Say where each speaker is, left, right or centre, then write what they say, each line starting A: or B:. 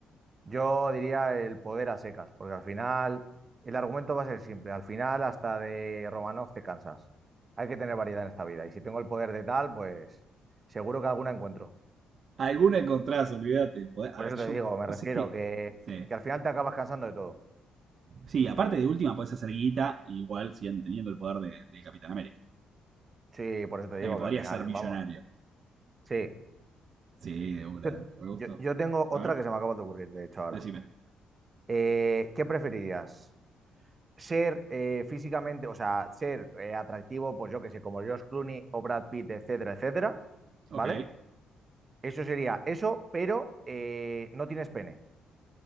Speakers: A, on the right (about 35°); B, on the right (about 55°).
A: Yo diría el poder a secas, porque al final el argumento va a ser simple. Al final hasta de Romanov te cansas. Hay que tener variedad en esta vida. Y si tengo el poder de tal, pues seguro que alguna encuentro.
B: Alguna encontrás, olvídate. el poder-
A: Por
B: a ver,
A: eso
B: yo,
A: te digo, me
B: pues
A: refiero
B: es que.
A: que,
B: Sí.
A: que al final te acabas cansando de todo.
B: Sí, aparte de última, podés hacer guita igual siguen teniendo el poder de, del Capitán América.
A: Sí, por
B: O
A: eso te digo
B: sea que podrías
A: que al final,
B: ser millonario.
A: vamos. Sí,
B: Sí, de una,
A: Yo,
B: de una. Me
A: yo-
B: gustó.
A: yo tengo otra
B: A ver,
A: que se me acaba de ocurrir, de hecho, ahora.
B: decime.
A: Eh, ¿qué preferirías? ¿Ser eh, físicamente, o sea, ser eh, atractivo, pues yo que sé, como George Clooney o Brad Pitt, etcétera, etcétera?
B: Ok,
A: ¿Vale? Eso sería eso, pero eh, no tienes pene.